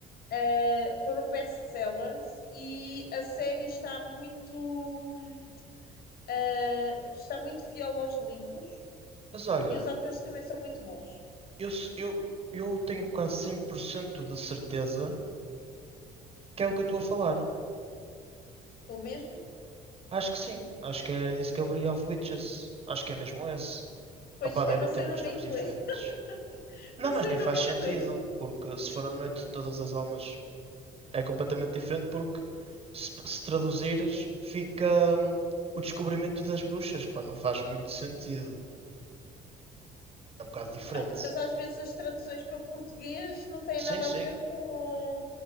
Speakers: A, on the left; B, on the right.
A: Ah, foram best-sellers e a série está muito, hum, ah, está muito fiel aos livros
B: Mas olha,
A: e os atores também são muito bons.
B: eu, s- eu, eu tenho quase 100% de certeza que é o que eu estou a falar.
A: O mesmo?
B: Acho que sim. Acho que é Discovery of Witches. Acho que é mesmo esse.
A: Pois,
B: Opá, devem
A: eu não sei
B: ter muitos
A: o nome
B: nomes
A: em inglês.
B: diferentes.
A: <laughs>
B: Não,
A: Não
B: mas
A: sei
B: nem
A: o nome
B: faz
A: em
B: sentido,
A: inglês.
B: porque se for a noite de todas as almas é completamente diferente, porque se, se traduzires fica hum, o descobrimento das bruxas, pá, não faz muito sentido. É um bocado diferente.
A: Pá, Mas às vezes as traduções para português não têm
B: Sim,
A: nada
B: sim.
A: a ver com,